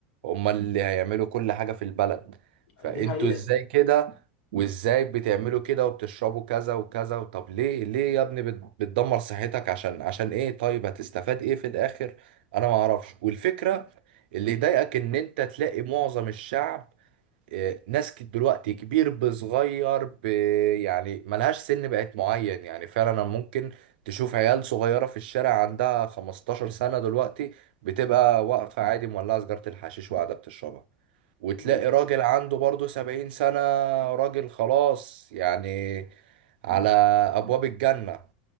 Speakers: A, on the right; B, on the left.
A: هم اللي هيعملوا كل حاجه في البلد فانتوا
B: دي حقيقة
A: ازاي كده وازاي بتعملوا كده وبتشربوا كذا وكذا طب ليه ليه يا ابني بت- بتدمر صحتك عشان عشان ايه طيب هتستفاد ايه في الاخر انا ما اعرفش والفكرة اللي يضايقك ان انت تلاقي معظم الشعب آه، ناس ك- دلوقتي كبير بصغير ب... يعني ملهاش سن بقت معين يعني فعلا ممكن تشوف عيال صغيرة في الشارع عندها 15 سنة دلوقتي بتبقى واقفة عادي مولعة سجارة الحشيش وقاعدة بتشربها وتلاقي
B: لا،
A: راجل عنده برضه سبعين سنة راجل خلاص يعني على أبواب الجنة